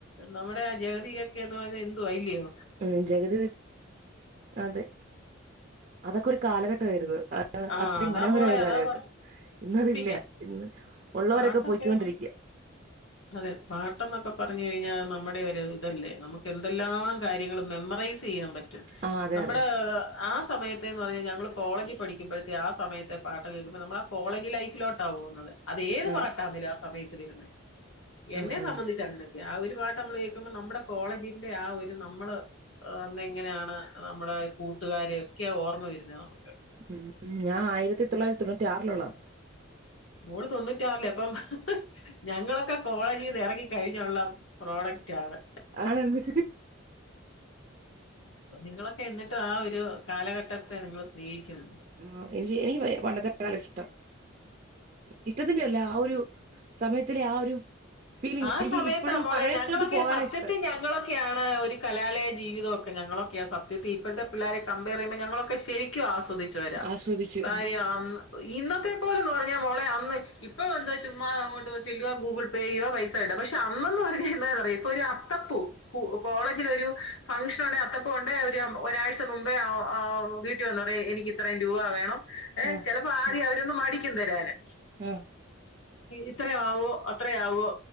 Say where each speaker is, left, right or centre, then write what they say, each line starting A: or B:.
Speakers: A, on the left; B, on the right.
A: നമ്മുടെ ആ ജഗതിയൊക്കെ എന്ന് പറയുന്നത് എന്തുവാ അല്ലയോ
B: ഉം ജഗതി അതെ അതൊക്കെ ഒരു കാലഘട്ടവായിരുന്നു
A: ആഹ്
B: അത്രയും
A: അതാ
B: മനോഹരമായ
A: മോളെ
B: ഒരു
A: അതാ
B: കാലഘട്ടം
A: പറഞ്ഞെ
B: ഇന്നതില്ല
A: പിന്നെ
B: ഉള്ളോരൊക്കെ
A: പാട്ടൊക്കെന്ന്
B: പോയ്ക്കൊണ്ടിരിക്ക്യാ
A: പറഞ്ഞ അതെ പാട്ടന്നൊക്കെ പറഞ്ഞു കഴിഞ്ഞാ നമ്മുടെ ഒരു ഇതല്ലേ നമുക്ക് എന്തെല്ലാം കാര്യങ്ങളും മെമ്മറൈസയ്യാൻ പറ്റും
B: ആ അതെ
A: നമ്മുടെ
B: അതെ
A: ആ സമയത്ത് <unintelligible> പറഞ്ഞ ഞങ്ങള് കോളേജ് പഠിക്കുമ്പോഴത്തെ ആ സമയത്തെ പാട്ടകെ കേൾക്കുമ്പോ നമ്മള ആ കോളേജ് ലൈഫിലോട്ടാ പോകുന്നത് അത് ഏത്
B: ആണ്
A: പാട്ടാന്നലേ ആ സമയത്ത് വരുന്നത് എന്നെ
B: ആ ആ
A: സംബന്ധിച്ച അങ്ങനെ യാ ഒരു പാട്ട് നമ്മൾ കേൾക്കുമ്പോ നമ്മുടെ കോളേജിന്റെ ആ ഒരു നമ്മള് അന്ന് എങ്ങനെയാണ് നമ്മുടെ കൂട്ടുകാരൊക്കെ ഓർമ്മ വരുന്നത് നമുക്ക്
B: ഉം ഞാൻ ആയിരത്തിതൊള്ളായിരത്തി തൊണ്ണൂറ്റി ആറിലുള്ളതാ
A: മോള് തൊണ്ണൂറ്റിയാറിലയാ അപ്പം ഞങ്ങളൊക്കെ കോളേജിന്ന് ഇറങ്ങി കഴിഞ്ഞുള്ള പ്രോഡക്റ്റ് ആണ്
B: ആണെന്ന്
A: അപ്പ നിങ്ങളൊക്കെ എന്നിട്ടും ആ ഒരു കാലഘട്ടത്തെ നിങ്ങൾ സ്നേഹിക്കുന്നു
B: ആ എനി എനിക്ക് പണ്ടത്തെ കാല ഇഷ്ടം ഇഷ്ടത്തിന്റെ അല്ല ആ ഒരു സമയത്തിലെ ആ ഒരു ഫീലിംഗ്
A: ആ
B: എനിക്ക്
A: സമയത്താമോളെ
B: ഇപ്പോഴും പഴയതോട്ട്
A: ഞങ്ങളൊക്കെ
B: പോകാനാ
A: സത്യത്തിൽ
B: ഇഷ്ടം
A: ഞങ്ങളൊ ക്കെയാണ് ഒരു കലാലയ ജീവിതമൊക്കെ ഞങ്ങളൊക്കെയാ സ ത്യം ഇപ്പോഴത്തെ പിള്ളേരെ കമ്പയറെയ്യുമ്പോ ഞങ്ങളൊക്കെ ശരിക്കും ആസ്വദിച്ചവരാ
B: ആസ്വദിച്ച്
A: കാര്യം
B: ആ
A: അന്ന് ഇന്നത്തെ പോലെന്ന് പറഞ്ഞാ മോളെ അന്ന് ഇപ്പൊ എന്താ ചുമ്മാ അങ്ങോട്ട് ചെല്ലുക ഗൂഗിൾ പേ ചെയ്യുക പൈസ ഇട പക്ഷെ അന്നന്ന് പറഞ്ഞാ എന്താന്നറിയോ ഇപ്പൊ ഒരു അത്തപ്പൂ സ്കൂ കോളേജിൽ ഒരു ഫംഗ്ഷൻ ഉണ്ടെ അത്തപ്പൂവ്ണ്ടേ ഒരു ഒരാഴ്ച മുമ്പേ വീട്ടി വന്ന് പറ എനിക്ക് ഇത്രയും രൂപ വേണം ഏ
B: ആ
A: ചെല പ ആദ്യ
B: ആ
A: അവരൊന്ന് മടിക്കും തരാന്
B: ആ
A: ഇത്രയാവോ അത്രയാവോ